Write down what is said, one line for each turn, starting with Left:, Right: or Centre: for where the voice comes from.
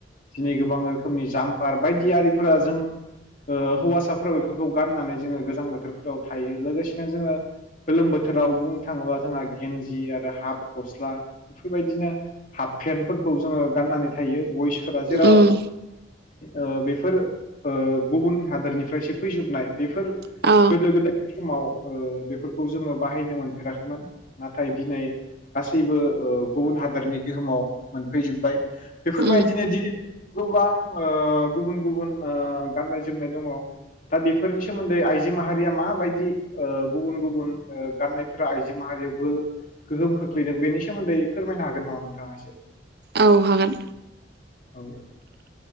Left: दिनै गोबां रोखोमनि जामफार बायदि आरिफोरा जों ओ हौवासाफोरा बेफोरखौ गाननानै जोंङो गोजां बोथोरफोराव थायो लोगोसेनो जोंङो गोलोम बोथोराव बुंनो थांङोबा जोंहा गेन्जि आरो हाफ गस्ला बेफोरबायदिनो हाफ पेन्टफोर खौ जोंङो गाननानै थायो। बयसफोरा जेराव
Right: उम
Left: ओ बेफोर ओ गुबुन हादरनिफ्रायसो फैजोबनाय बेफोर
Right: औ
Left: गोदो गोदाय समाव ओ बेफोरखौ जोंङो बाहायनो मोनफेराखैमोन नाथाय दिनै गासैबो ओ गुबुन हादरनि गोहोमाव मोनफैजोब्बाय बेफोरबायदिनो
Right: उम
Left: दि गोबां ओ गुबुन गुबुन ओ गाननाय जोमनाय दंङ दा बेफोरनि सोमोन्दै आइजो माहारिया माबायदि ओ गुबुन गुबुन ओ गाननायफोरा ओ आइजो माहारियाव गोल गोहोम खोख्लैदों बेनि सोमोन्दै फोरमायनो हागोन नामा नोंथांङा एसे?
Right: औ हागोन
Left: औ